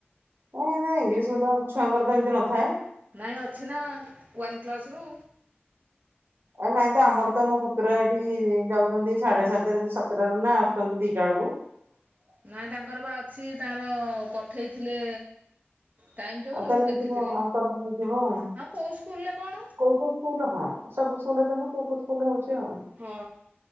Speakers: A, on the right; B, on the right.
A: କାଇଁ ଏତେ ଇଂଲିଶ ମିଡିୟମ ଛୁଆଙ୍କର ତ ଏମିତି ନ ଥାଏ।
B: ନାଇଁ ଅଛି ନା ୱାନ୍ କ୍ଲାସ ରୁ।
A: ଏ ନାଇଁ ତ ଆମର ତ ମୋ ପୁତ୍ର ଏଇଠି ଯାଉଚନ୍ତି ସାଢେ ସାତରେ ସାତଟାରୁ ନା ଆସୁଚନ୍ତି ଦିଇଟା ବେଳକୁ। ହ
B: ନାଇଁ ତାଙ୍କର ପା ଅଛି ତାଙ୍କର ପଠେଇଥିଲେ ଟାଇମ୍ ଟେବୁଲ୍
A: ଆଉ ତାହାନେ
B: ମୁଁ
A: ହେଇଥିବ
B: ଦେଖିଥିଲି
A: ଅଙ୍କର ତାହାନେ ହେଇଥିବ ଆଉ।
B: ହଁ କୋଉ ସ୍କୁଲରେ କଣ
A: କୋଉ କୋଉ ସ୍କୁଲ ହଁ ସବୁ ସ୍କୁଲ ତ ନୁ କୋଉ କୋଉ ସ୍କୁଲରେ ହୋଉଚି ଆଉ
B: ହଁ